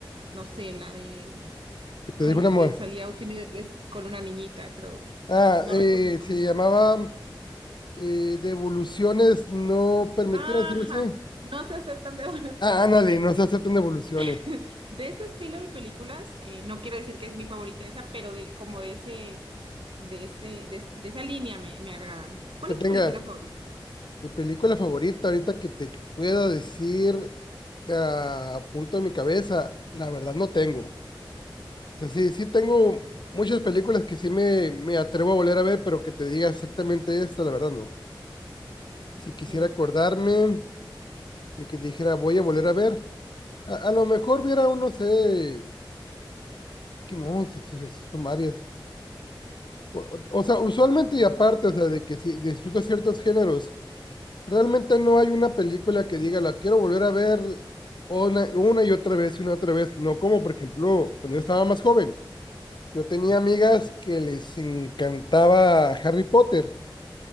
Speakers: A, on the right; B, on the left.
A: no sé, la de,
B: ¿qué te
A: ay,
B: dijo una mujer?
A: eh, salía Eugenio Derbez con una niñita, creo,
B: Ah,
A: no
B: eh,
A: recuerdo el nombre.
B: se llamaba eh, devoluciones no permitidas,
A: Ajá,
B: algo así.
A: no se aceptan <laughs> devoluciones.
B: Ah, ándale, no se aceptan devoluciones.
A: <laughs> De este estilo de películas, eh, no quiero decir que es mi favorita esa, pero de como de ese, de ese, de, es- de esa línea me, me agradan. ¿Cuál
B: Que
A: es
B: tenga,
A: tu película favorita?
B: Mi película favorita, ahorita que te pueda decir ah, a punto de mi cabeza, la verdad no tengo. O sea, sí, sí tengo muchas películas que sí me, me atrevo a volver a ver, pero que te diga exactamente esta, la verdad no. Si
A: Ok.
B: quisiera acordarme y que dijera voy a volver a ver, a, a lo mejor viera uno, sé, que no, sí, sí, sí, son varias. O, o- o sea, usualmente y aparte, o sea, de que si disfruto ciertos géneros, Realmente no hay una película que diga, la quiero volver a ver una, una y otra vez y una otra vez. No como, por ejemplo, cuando yo estaba más joven, yo tenía amigas que les encantaba Harry Potter